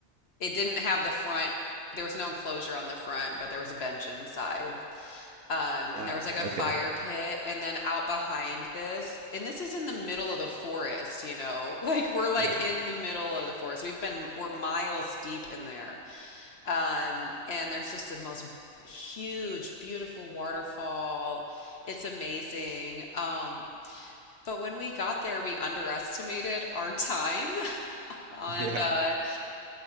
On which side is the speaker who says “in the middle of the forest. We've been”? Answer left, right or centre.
Left